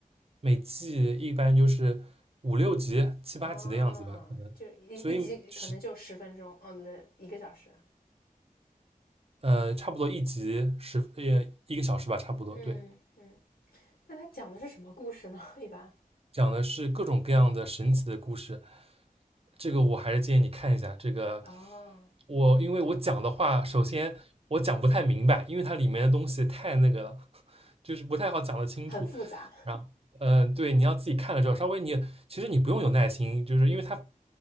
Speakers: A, on the right; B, on the left.
A: 每季一般就是五六集、七八集的样子吧，
B: 啊，
A: 可能。
B: 就一一集可能就十分钟，
A: 所以就是
B: 哦，对，一个小时。
A: 呃，差不多一集十呃一个小时吧，差不多。
B: 嗯，
A: 对，
B: 那它讲的是什么故事呢？一般
A: 讲的是各种各样的神奇的故事。这个我还是建议你看一下。这个
B: 啊，
A: 我因为我讲的话，首先我讲不太明白，因为它里面的东西太那个了，<laughs> 就是不太好讲得清楚。
B: 很复杂。
A: 然后，嗯、呃对，你要自己看了之后，稍微你其实你不用有耐心，就是因为它